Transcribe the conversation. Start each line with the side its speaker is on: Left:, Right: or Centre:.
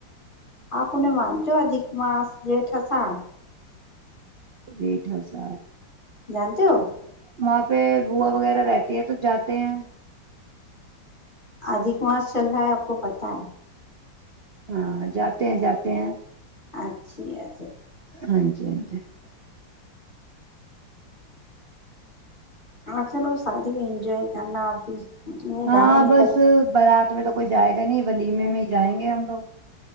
Left: آپ انہیں مانتے ہو اد <unintelligible> ماس جیٹھاسڑ <unintelligible>
Right: ریٹھ ہزار <unintelligible>
Left: جانتے ہو <unintelligible>
Right: وہاں پہ بووا وغیرہ رہتی ہے تو جاتے ہیں <unintelligible>
Left: ادھک ماس چل رہا ہے آپ کو پتہ ہے
Right: ہاں جاتے ہیں جاتے ہیں
Left: اچھا
Right: ہاں جی ہاں جی
Left: ہاں چلو شادی میں اینجواے کرنا آپ بھی یہ
Right: ہاں
Left: گھر میں نکل
Right: بس بارات میں تو کوئی جائے گا نہیں ولیمے میں ہی جائیں گے ہم لوگ